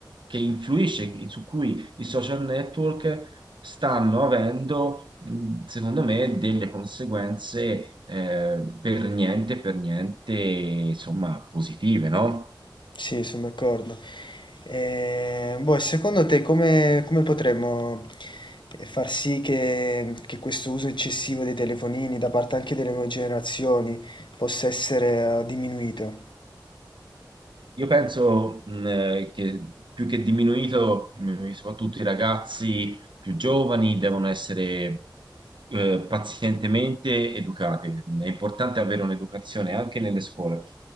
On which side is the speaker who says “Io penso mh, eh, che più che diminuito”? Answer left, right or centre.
Right